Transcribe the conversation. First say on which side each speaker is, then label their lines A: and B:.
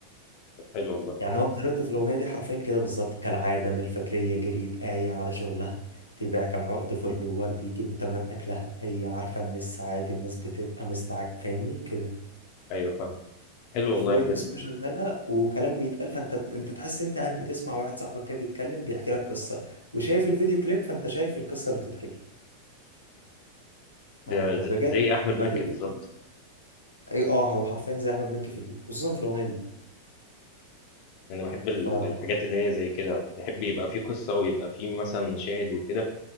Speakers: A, on the left (about 40°); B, on the left (about 80°).
A: طب حلو والله.
B: يعني هو طريقته في الاغنيه دي حرفيا كده بالظبط كالعاده من الفجريه جريت ايه على شغلها تبيع كام عقد فل وورد يجيبوا تمن اكلها هي عارفه ان السعادة الناس بتبقى مستعجب فاهمني كده
A: أيوه فاهمك. حلو والله
B: شويه
A: بجد.
B: موسيقى شغاله وكلام بيتقال فانت انت تحس انت قاعد بتسمع واحد صاحبك كده بيتكلم بيحكي لك قصه وشايف الفيديو كليب فانت شايف القصه اللي بتتحكي
A: ده
B: آه،
A: ز
B: بجد
A: زي أحمد
B: لما
A: مكي
B: تقفل
A: بالضبط.
B: اي اه هو حرفيا زي احمد مكي في ال- خصوصا في الاغنيه دي
A: أنا باحب ال
B: ف
A: الحاجات اللي هي زي كده، باحب يبقى في قصة ويبقى في مثلًا مشاهد وكده